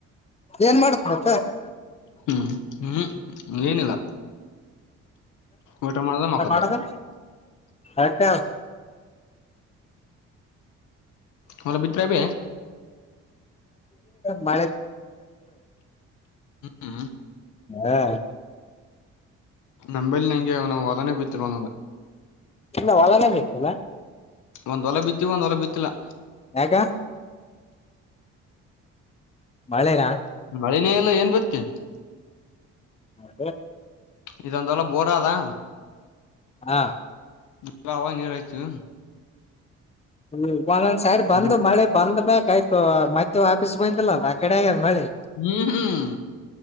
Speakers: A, on the left; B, on the left.
A: ಏನ್ ಮಾಡತ್ ಮತ್ತ
B: ಹ್ಮ್ ಹ್ಮ್ ಹ್ಮ ಏನಿಲ್ಲ ಊಟ ಮಕ್ಕದ
A: ಮಾಡದ ಅಕ್ಕ
B: ಮಲ್ಲ ಬಿಟ್ರ ಇಬ
A: ಮಳೆ
B: ಹ್ಮ್
A: ಹಾ
B: ನಂಬಲ್ಲಿ ನಂಗೆ ಅವ ನವು ಒಲನೆ ಬಿತಿಲ್ವ
A: ಇಲ್ಲ ಒಳನ ಬೇಕಲ್ಲ
B: ಒಂದ್ ವಲ ಬಿತ್ತತಿ ಒಂದ್ ವಲ ಬಿತ್ತಿಲ್ಲಾ
A: ಹಕ ಮಳೆನಾ
B: ಮಳೆನೇ ಎಲ್ಲ ಏನ್ ಗೊತ್ತ
A: ಹ ಹ
B: ಇದು ಅಂತ ಅವಲ ಬೋರದಾ
A: ಹಾ
B: ನೀಾವ ನೀರ ಆಯ್ತು
A: ಹ್ಮ ಒಂದೊಂದ್ ಸ ಬಂದ
B: ಇದು
A: ಮಳೆ ಬಂದ ಮ್ಯ ಆ್ತು ಮತ್ತೆ ಆಫಪೀಸ್ ಬಂದಿಲ್ಲ ಅ ಆ ಕಡೆ ಆಗ್ಯಾರ ನಳಿ
B: ಹ್ಮ್ ಹ್ಮ್